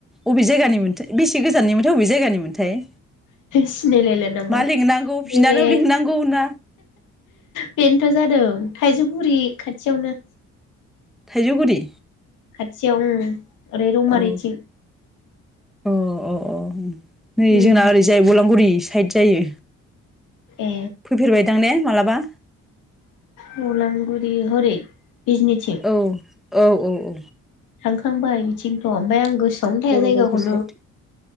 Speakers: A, in the centre; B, on the left.
A: अबे जायगानि मोन? बेसे गोजाननिमोनथाय अबे जायगानिमोनथाय?
B: सिनायलायला नामा
A: मा लिंनांगौ बिनानाव
B: नैबे
A: लिंनांगौ ना
B: बेनोथ' जादों थाइजौ गुरि खाथियावनो।
A: थाइजौगुरि
B: खाथियाव उम। एरै रौमारिथिं।
A: औ अ अ अ उम। नै
B: उम
A: जोंना ओरैजाय बलामगुरि। साइड जायो।
B: ए
A: फैफेरबायदां ने? माब्लाबा?
B: बलामगुरि हरै बिजनिथिं
A: औ। औ औ औ।
B: थांखांबाय बिथिं। ओमफ्राय आं गोसोआवनो थाया
A: बर'
B: जायगाखौनो
A: बाजार साइद